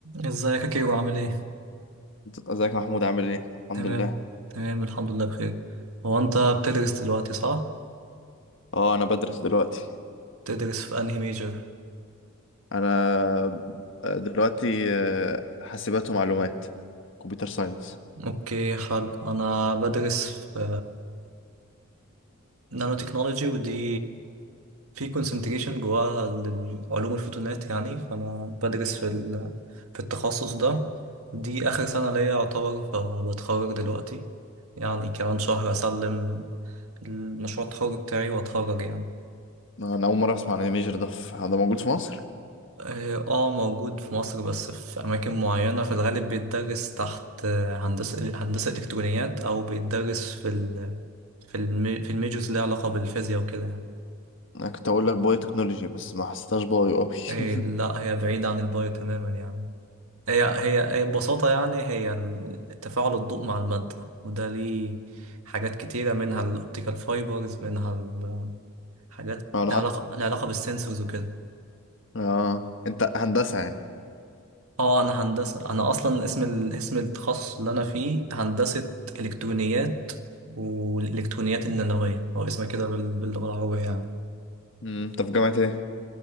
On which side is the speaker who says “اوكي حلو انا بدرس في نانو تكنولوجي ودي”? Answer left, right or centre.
Right